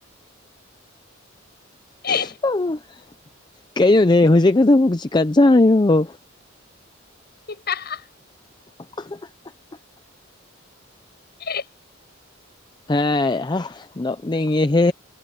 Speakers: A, on the left; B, on the left.
A: ꯑꯦ
B: <unintelligible> ꯀꯩꯅꯣꯅꯦ ꯍꯧꯖꯤꯛ ꯀꯗꯣ ꯃꯨꯛ ꯆꯤꯟꯗ ꯆꯔꯤꯕꯣ
A: ꯍꯤ ꯍꯥ ꯍꯥ
B: <unintelligible>
A: <unintelligible>
B: ꯍꯥꯏ ꯍꯥ ꯅꯣꯛꯅꯤꯡꯉꯦꯍꯦ